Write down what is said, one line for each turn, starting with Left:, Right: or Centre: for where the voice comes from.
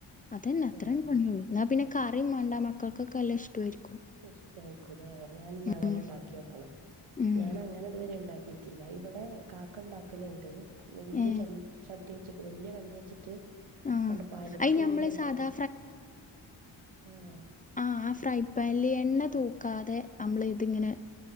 Left: അതന്നെ അത്രേ
Right: ഏഹ്
Left: പണിയുള്ളൂ പിന്നെ കറിയും വേണ്ട മക്കൾക്കൊക്കെ നല്ല ഇഷ്ടായിരിക്ക്
Right: ഇഷ്ടായിരിക്കും ലേ ഞാനിന്നാ അങ്ങനെ
Left: ഉം
Right: ഇണ്ടാക്കി നോക്കണം
Left: ഉം
Right: ഞാൻ അങ്ങനെ ഇതുവരെ ഇണ്ടാക്കി റ്റില്ല ഇവിടെ കാക്ക ഇണ്ടാക്കലുണ്ട് വല്യ
Left: ഏ
Right: ച ൽ ചട്ടി വച്ചിട്ട് വല്യ കല്ല് വച്ചിട്ട്
Left: ആ
Right: ആണ്ട് പരത്തിയെല്ലം
Left: അത് ഞമ്മള്
Right: ഇണ്ടാക്കിട്ട്
Left: സാധാ
Right: ആഹ്
Left: ആഹ് ആ ഫ്രൈ പാനില് എണ്ണ തൂക്കാതെ നമ്മള് ഇതിങ്ങനെ